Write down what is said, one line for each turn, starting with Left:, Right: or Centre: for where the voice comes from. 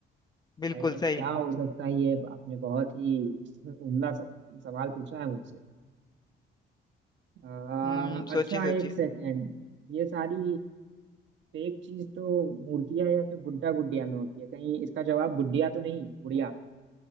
Left: बिल्कुल
Right: भाई साहब
Left: सही
Right: क्या हो सकता है ये आपने बहुत ही उम्दा स- सवाल पूछा है मुझसे आ,
Left: हम्म सोचिए
Right: अच्छा
Left: सोचिए
Right: एक सेकेंड ये सारी फेक चीज तो मूर्तियां या फिर गुड्डा गुडिया में होती है कहीं इसका जवाब गुडिया तो नहीं गुड़िया